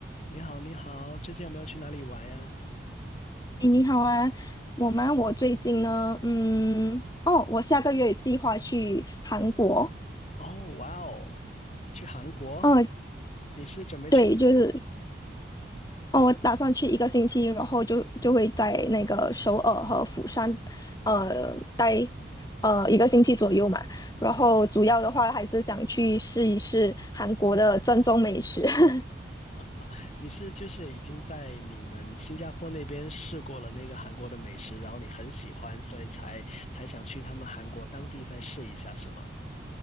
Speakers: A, on the left (about 35°); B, on the left (about 20°).
A: 你好，你好，最近有没有去哪里玩呀？
B: 诶，你好啊，我吗？我最近呢，嗯，哦，我下个月计划去韩国。
A: 哦，哇哦，去韩国？
B: 嗯，
A: 你是准备去多久呀？
B: 对，就是，哦，我打算去一个星期，然后就就会在那个首尔和釜山，呃，待呃一个星期左右嘛。
A: 啊
B: 然后主要的话还是想去试一试韩国的正宗美食。<laughs>
A: <laughs> 你是就是已经在你们新加坡那边试过了那个韩国的美食，然后你很喜欢，所以才才想去他们韩国当地再试一下，是吗？